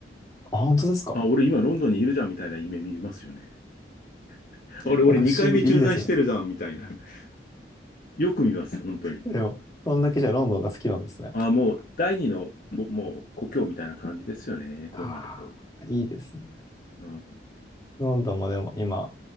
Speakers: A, on the left (about 20°); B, on the left (about 45°).
A: あ、本当ですか。
B: あ、俺今ロンドンにいるじゃんみたいな夢見ますよね。<laughs> 俺、俺2回目駐在してるじゃんみたいな。
A: なんか不思議、いいですね。
B: <laughs> よく見ます、本当に。
A: でも、そんだけじゃロンドンが好きなんですね。
B: あ、もう第二の、ぼもう故郷みたいな感じですよね。こうなると。
A: ああ、いいですね。
B: うん。
A: ロンドンもでも今、